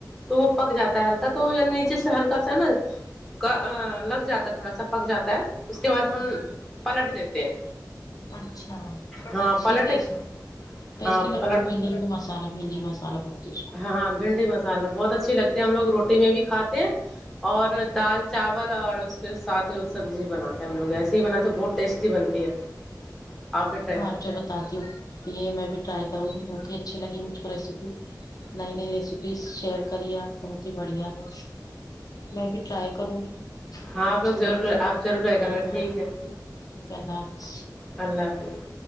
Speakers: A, in the centre; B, on the left.
A: تو وہ پک جاتا ہے ہلکا تو یا نیچے سے ہلکا سانا کا لگ جاتا ہے تھوڑا سا پک جاتا ہے اس کے بعد ہم
B: ہوں
A: پلٹ دیتے ہیں
B: اچھا
A: ہاں
B: اچھی
A: پلٹ
B: ٹیسٹ ٹیسٹی
A: ہاں
B: لگتی
A: پلٹ
B: بھنڈی بھی مسالہ بھنڈی مسالہ اس کو
A: ہاں ہاں بھنڈی مسالہ بہت اچھی لگتی ہے ہم لوگ روٹی میں بھی کھاتے ہیں اور دال چاول اور اس کے سات سبزی بناتے ہیں ہم لوگ ایسے ہی بناتے تو بہت ٹیسٹی بنتی ہے آپ بھی ٹرائی کا
B: اچھا بتاتی ہوں یہ میں بھی ٹرائی کروں گی بہت ہی اچھی لگی مجھ کو ریسیپی نئی نئی ریسیپیز شیئر کریے آپ بہت ہی بڑھیا ہے میں بھی ٹرے کروں گی
A: ہاں آپ لوگ
B: چلیے
A: ضرور
B: ٹھیک ہے
A: آپ ضرور ٹرائی کرنا
B: ہاں ہاں
A: ٹھیک ہے
B: ٹھیک ہے اللہ حافظ
A: اللہ حافظ